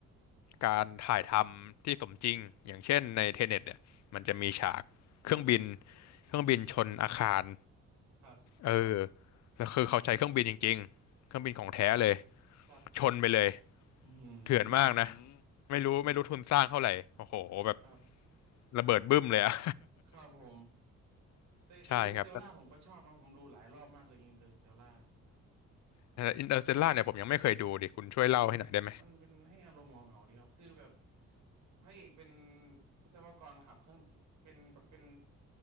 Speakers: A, on the left; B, on the right.
A: การถ่ายทำที่สมจริงอย่างเช่นในเทเน็ตเนี่ยมันจะมีฉากเครื่องบินเครื่องบินชนอาคาร
B: ครับ
A: เออแล้วคือเขาใช้เครื่องบินจริงๆเครื่องบินของแท้เลย
B: ครับ
A: ชนไปเลย
B: อืม
A: เถื่อนมากอืนะอืมไม่รู้ไม่รู้ทุนสร้างเท่าไหร่โอ้โหแบบ
B: ครับ
A: ระเบิดบึ้มเลยอะ
B: ครับผม
A: <laughs>
B: แต่อินเตอร์สเตลล่าผมก็ชอบนะผมดูหลายรอบมากเลยอินเตอร์สเตลล่า
A: ใช่ครับอินเตอร์สเตลล่าเนี่ยผมยังไม่เคยดูดิคุณช่วยเล่าให้หน่อยได้ไหม
B: ครับมันเป็นให้อารมณ์เหงาๆดีครับคือแบบพระเอกเป็นวิศวกรขับเครื่องเป็นเป็น